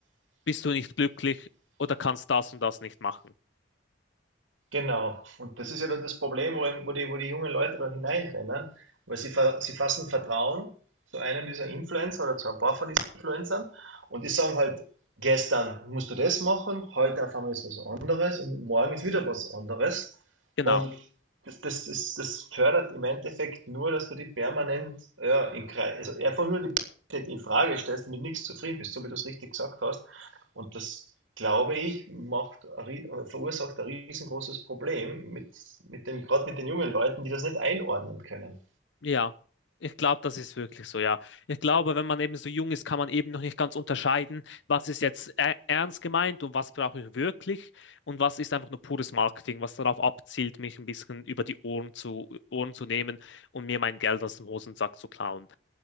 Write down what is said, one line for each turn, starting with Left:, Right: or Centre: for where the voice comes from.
Left: bist du nicht glücklich oder kannst das und das nicht machen.
Right: Genau. Und das ist ja dann das Problem, wo, wo die, wo die jungen Leute dann hineinrennen, weil sie, ver- sie fassen Vertrauen zu einem dieser Influencer oder zu ein paar von diesen Influencern und die sagen halt, gestern musst du das machen, heute auf einmal ist was anderes und morgen ist wieder was anderes.
Left: Genau.
Right: Und das, das, das, das fördert im Endeffekt nur, dass du die permanent, ja, in, Kre- also einfach nur die Qualität in Frage stellst und mit nichts zufrieden bist, so wie du es richtig gesagt hast. Und das, glaube ich, macht, ein rie- äh, verursacht ein riesengroßes Problem mit, mit den, gerade mit den jungen Leuten, die das nicht einordnen können.
Left: Ja, ich glaube, das ist wirklich so, ja. Ich glaube, wenn man eben so jung ist, kann man eben noch nicht ganz unterscheiden, was ist jetzt ä- ernst gemeint und was brauche ich wirklich und was ist einfach nur pures Marketing, was darauf abzielt, mich ein bisschen über die Ohren zu, Ohren zu nehmen und mir mein Geld aus dem Hosensack zu klauen.